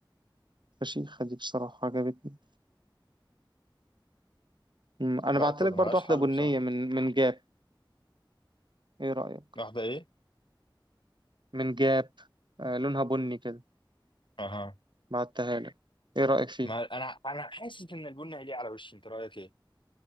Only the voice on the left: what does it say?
لا
طب
ملهاش
حل
بصراحة
واحدة ايه
اها
ما انا انا حاسس ان البن هيليق على وشي انت رأيك ايه